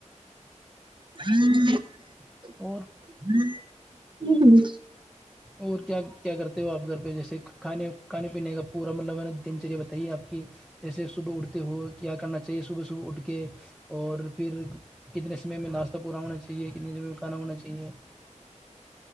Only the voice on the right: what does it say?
ہ ہ <unintelligible>
ہ ہ <unintelligible>